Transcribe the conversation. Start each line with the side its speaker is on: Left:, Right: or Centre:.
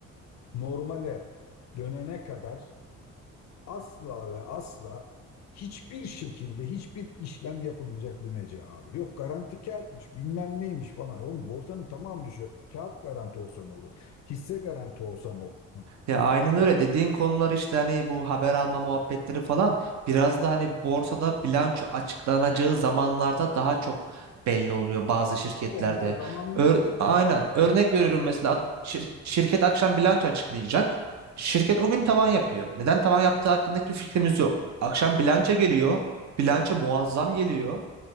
Left: normale dönene kadar Asla ve asla hiçbir şekilde hiçbir işlem yapılmayacak bir mecra abi. Yok garanti kağıtmış bilmem neymiş falan. Oğlum borsanın tamamı düşüyor. Kağıt garanti olsa ne olur? Hisse garanti olsa ne olur?
Right: Ya aynen öyle
Left: Heh.
Right: dediğin konular işte hani bu haber alma muhabbetleri falan biraz da hani borsada bilanço açıklanacağı zamanlarda daha çok belli oluyor bazı şirketlerde.
Left: Abi onlar zamanla
Right: Ör-
Left: ne yapıyor
Right: aynen
Left: abi?
Right: örnek
Left: Hep,
Right: veriyorum mesela
Left: hep-
Right: ad- şir- şirket akşam bilanço açıklayacak. Şirket o gün tavan yapıyor. Neden tavan yaptığı hakkında hiçbir fikrimiz yok. Akşam bilanço geliyor. Bilanço muazzam geliyor.